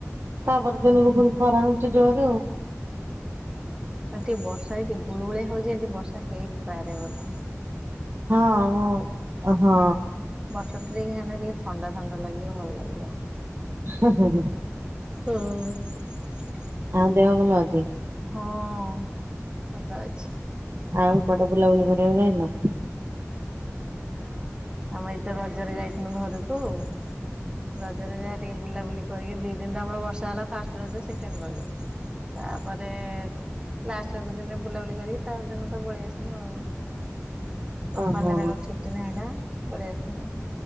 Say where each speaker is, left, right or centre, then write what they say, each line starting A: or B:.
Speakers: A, on the right; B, on the right.
A: ତାପର ଦିନକୁ ପୁଣି ଖରା ହଉ ଜୋରରେ।
B: ଆ ଟିକେ ବର୍ଷା ହେଇଛି ଗୁଳୁଗୁଳି ହଉଛି ଆଜି ବର୍ଷା ହେଇପାରେ ବୋଧେ।
A: ହଁ ମୋ ହଁ।
B: ବର୍ଷାଟା ଟିକେ ହେନେ ଟିକେ ଥଣ୍ଡା ଥଣ୍ଡା ଲାଗିବ, ଭଲ ଲାଗିବ।
A: ମୁଁ ହଁ
B: ହଁ।
A: ହଁ ଦେହ ଭଲ ଅଛି?
B: ହଁ ଭଲ ଅଛି।
A: ଆଉ କଟେ ବୁଲାବୁଲି କରିବାକୁ ଯାଇନ?
B: ଉଁ ଆମେ ଏଇତ ରଜରେ ଯାଇଥିଲୁ ଘରକୁ ଆଉ। ରଜରେ ଯାହା ଟିକେ ବୁଲାବୁଲି କରିକି ଦି ଦିନ ତ ଆମର ବର୍ଷା ହେଲା ଫାଷ୍ଟ ରଜ ସେକେଣ୍ଡ ରଜ। ତାପରେ ଲାଷ୍ଟ ରଜଦିନ ବୁଲାବୁଲି କରିକି ତା ଦିନ ତ ପଳେଇଆସିନୁ ଆଉ। ହ କମ୍ପାନୀରେ
A: ଓହୋ
B: ତାଙ୍କର ଛୁଟି ନାହିଁନା ପଳେଇଆସିନୁ